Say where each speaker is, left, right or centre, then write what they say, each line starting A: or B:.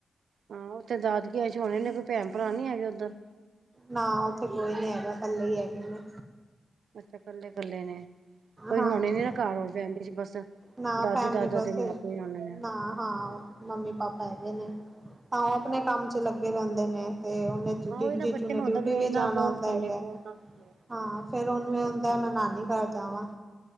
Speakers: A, on the right; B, on the right.
A: ਹਾਂ ਉੱਥੇ ਦਾਦਕੀਆਂ ਚ ਹੋਣੇ ਨੇ, ਕੋਈ ਭੈਣ-ਭਰਾ ਨੀ ਹੈਗੇ ਉੱਧਰ?
B: ਨਾ ਉੱਥੇ ਕੋਈ ਨੀ ਹੈਗਾ ਕੱਲੇ ਹੀ ਹੈਗੇ ਨੇ।
A: ਅੱਛਾ ਕੱਲੇ- ਕੱਲੇ ਨੇ, ਕੋਈ
B: ਹਾਂਜੀ
A: ਹੁਣੇ ਨੀ ਘਰ ਹੋਰ ਫੈਮਲੀ ਚ ਬਸ?
B: ਨਾ
A: ਦਾਦੀ
B: ਫੈਮਲੀ
A: ਦਾਦਾ
B: ਬੱਸ
A: ਤੇ ਮਾਂ ਪਿਓ ਹੀ ਆਉਣੇ ਨੇ।
B: ਨਾ ਹਾਂ ਮੰਮੀ- ਪਾਪਾ ਹੈਗੇ ਨੇ। ਤਾਂ ਉਹ ਆਪਣੇ ਕੰਮ ਚ ਲੱਗੇ ਰਹਿੰਦੇ ਨੇ ਤੇ ਉਹਨੇ ਜੀਜੂ
A: ਹਾਂ ਉਹੀ ਨਾ ਬੱਚੇ
B: ਨੇ
A: ਨੂੰ
B: ਡਿਊਟੀ
A: ਹੁੰਦਾ ਮੇਰੇ
B: ਵੀ
A: ਨਾਲ
B: ਜਾਣਾ
A: ਕੌਣ
B: ਹੁੰਦਾ
A: ਖੇਲੇ
B: ਹੈਗਾ,
A: ਕੌਣ ਨਾ ਖੇਲੇ
B: ਹਾਂ ਫੇਰ ਉਹਨੂੰ ਇਹ ਹੁੰਦਾ
A: ਹਾਂਜੀ।
B: ਮੈਂ ਨਾਨੀ ਘਰ ਜਾਵਾਂ।